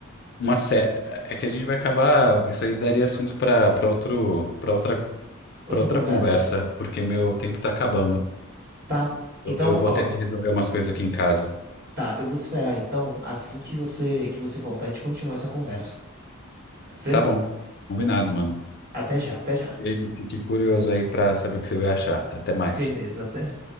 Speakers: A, on the left; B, on the right.
A: uma sé... É que a gente vai acabar. Isso aí daria assunto para para outro para outra
B: Outra
A: para outra
B: conversa.
A: conversa, porque meu tempo tá acabando.
B: Tá.
A: Eu,
B: Então,
A: eu vou
B: ó,
A: ter que resolver umas coisas aqui em casa.
B: tá, eu vou te esperar então, assim que você que você voltar, a gente continua essa conversa. Pode ser?
A: Tá bom. Combinado, mano.
B: Até já, até já.
A: E aí, fiquei curioso aí pra saber o que você vai achar. Até mais.
B: Beleza, até.